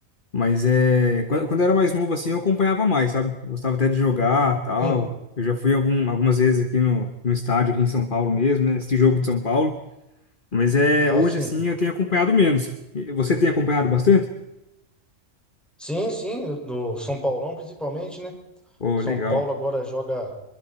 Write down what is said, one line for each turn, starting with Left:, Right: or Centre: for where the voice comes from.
Left: Mas é... Quando, quando eu era mais novo, assim, eu acompanhava mais, sabe? Eu gostava até de jogar, tal.
Centre: Sim.
Left: Eu já fui algum, algumas vezes aqui no, no estádio, aqui em São Paulo mesmo, né? Esse jogo de São Paulo. Mas é...
Centre: Ah,
Left: Hoje,
Centre: sim.
Left: assim, eu tenho acompanhado menos. E Você tem acompanhado bastante?
Centre: Sim, sim, do São Paulão principalmente, né?
Left: Pô,
Centre: São
Left: legal.
Centre: Paulo agora joga